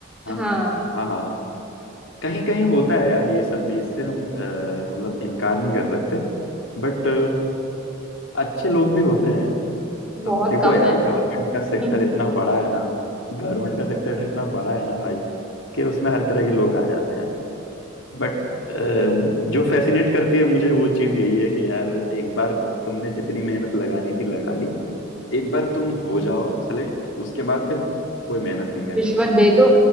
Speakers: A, on the left (about 70°); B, in the centre.
A: हाँ
B: हाँ
A: हाँ हाँ हाँ हाँ कहीं कहीं होता है यार ये सब भी इससे हम अ, मतलब इनकार नहीं कर सकते बट अच्छे लोग भी होते हैं
B: बहुत
A: अब देखो
B: कम
A: यार
B: है
A: गवर्नमेंट का सेक्टर
B: <laughs>
A: इतना बड़ा है ना गवर्नमेंट का सेक्टर इतना बड़ा है ना भाई कि उसमें हर तरह के लोग आ जाते हैं बट जो फैसिनेट करती है मुझे वो चीज़ यही है कि यार एक बार तुमने जितनी मेहनत लगानी थी लगा ली एक बार तुम हो जाओ सेलेक्ट उसके बाद फिर कोई मेहनत नहीं करनी
B: रिश्वत
A: है
B: दे दो